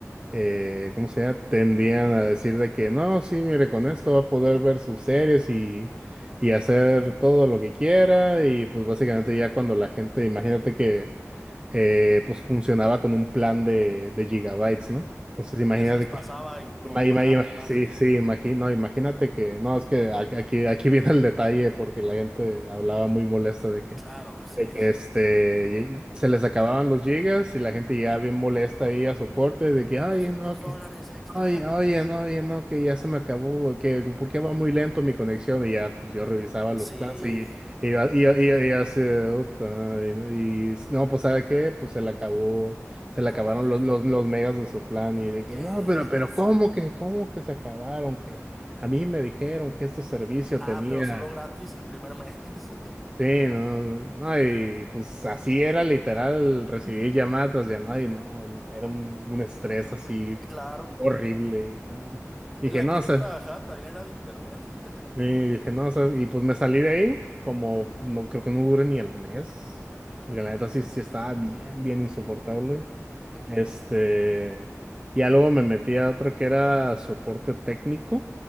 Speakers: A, on the right; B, in the centre.
A: eh, ¿cómo se llama? Tendían a decir de que no, sí, mire, con esto va a poder ver sus series y, y hacer todo lo que quiera. Y pues básicamente ya cuando la gente, imagínate que eh, pues funcionaba con un plan de, de gigabytes, ¿no? Entonces imagínate
B: Ya se les
A: que...
B: pasaba y como
A: Ima- ima-
B: pagan
A: ima-
B: de más.
A: Sí, sí, imagino, imagínate que, no, es que aquí, aquí aquí viene el detalle porque la gente hablaba muy molesta de que,
B: Claro, sí.
A: de que este y- se les acababan los gigas y la gente llegaba
B: <laughs> Ve-
A: bien molesta ahí a soporte de que ay
B: 200
A: no que
B: dólares extra.
A: ay oye
B: <laughs>
A: no oye no que ya se me acabó que por qué va muy lento mi conexión y ya pues yo revisaba los
B: Sí,
A: planes y
B: oro,
A: y y, y,
B: pues
A: y-
B: ya.
A: y así "Uta", y, y, no pues sabe qué pues se le acabó se le acabaron
B: ¿Cómo crees?
A: los, los, los megas de su plan y de que
B: ¿Qué?
A: no pero pero
B: <laughs> Sí.
A: cómo que cómo que se acabaron que a mí me dijeron que este servicio
B: Ah,
A: tenía
B: pero solo gratis el primer mes.
A: Sí, no, no, y pues así era literal, recibí llamada tras llamada y no, era un, un estrés así
B: <laughs> Claro.
A: horrible. y dije, no, dije,
B: En la
A: no,
B: que
A: o
B: yo
A: sea,
B: trabajaba también era de internet. <laughs>
A: y dije, no, o sea, y pues me salí de ahí, como
B: Ujú,
A: no creo que no dure ni el mes, porque la neta sí, sí estaba bien, bien insoportable.
B: ujú.
A: Este, ya luego me metí a otra que era soporte técnico.